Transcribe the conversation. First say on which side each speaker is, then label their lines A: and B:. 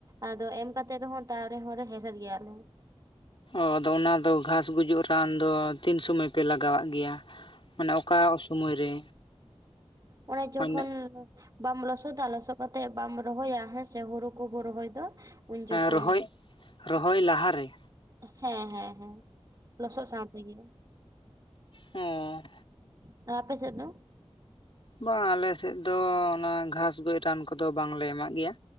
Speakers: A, on the right; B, on the left.
A: ᱟᱫᱚ ᱮᱢ ᱠᱟᱛᱮᱜ ᱨᱮᱦᱚᱸ ᱛᱟᱣ ᱨᱮᱦᱚᱸᱞᱮ ᱦᱮᱨᱦᱮᱫ ᱜᱮᱭᱟᱞᱮ᱾
B: ᱚᱸ ᱟᱫᱚ ᱚᱱᱟᱫᱚ ᱜᱷᱟᱸᱥ ᱜᱩᱡᱩᱜ ᱨᱟᱱ ᱫᱚ ᱛᱤᱱ ᱥᱚᱢᱚᱭ ᱯᱮ ᱞᱟᱜᱟᱣᱟᱜ ᱜᱮᱭᱟ? ᱢᱟᱱᱮ ᱚᱠᱟ ᱥᱚᱢᱚᱭ ᱨᱮ?
A: ᱚᱱᱮ ᱡᱚᱠᱷᱚᱱ
B: ᱢᱟᱱᱮ
A: ᱵᱟᱢ ᱞᱚᱥᱚᱫᱟ ᱞᱚᱥᱚᱜ ᱠᱟᱛᱮᱜ ᱵᱟᱢ ᱨᱚᱦᱚᱭᱟ ᱦᱮᱸᱥᱮ ᱦᱩᱲᱩ ᱠᱚᱵᱚ ᱨᱚᱦᱚᱭ ᱫᱚ ᱩᱱ ᱡᱚᱠᱷᱚᱱ
B: ᱦᱮᱸ ᱨᱚᱦᱚᱭ ᱨᱚᱦᱚᱭ ᱞᱟᱦᱟᱨᱮ?
A: ᱦᱮᱸ ᱦᱮᱸ ᱦᱮᱸ ᱞᱚᱥᱚᱜ ᱥᱟᱶ ᱛᱮᱜᱮ᱾
B: ᱚᱸ
A: ᱟ ᱟᱯᱮ ᱥᱮᱜ ᱫᱚ?
B: ᱵᱟᱝ ᱟᱞᱮᱥᱮᱫ ᱫᱚ ᱚᱱᱟ ᱜᱷᱟᱥ ᱜᱚᱡ ᱨᱟᱱ ᱠᱚᱫᱚ ᱵᱟᱝᱞᱮ ᱮᱢᱟᱜ ᱜᱮᱭᱟ᱾